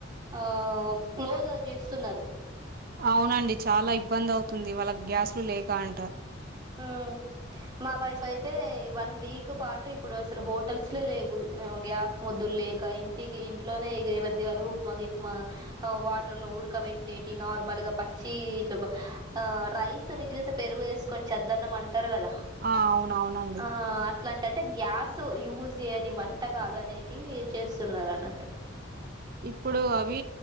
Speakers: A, on the right; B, on the right.
A: ఆ క్లోజ్ చేస్తున్నరు.
B: అవునండి చాలా ఇబ్బంది అవుతుంది వాళ్ళక్ గ్యాస్లు లేక అంటా.
A: ఆ మా వైపైయితే ఈ వన్ వీక్ పాటు ఇప్ ఇప్పుడు అసలు హోటల్స్ లే లేవు, ఆ గ్యాస్ మొద్దుల్ లేక ఇంటికి ఇంట్లోనే ఇగ ఎవర్ది వాళ్ళు ఉప్మా, గి ఇప్మా ఆ వాటర్ లో ఉడకబట్టేటి నార్మల్ గా పచ్చీ ఇట్ల ఆ రైస్ స్ మిగిలితే పెరుగు ఏసుకొన్ చెద్దన్నం అంటరు గదా.
B: ఆ అవునవునండి
A: ఆ అట్లాంట్ టంటే గ్యాసు యూజ్ జేయని వంటకాలు అనేటీ చేస్తున్నరు అన్నట్టు.
B: ఇప్పుడూ అవీ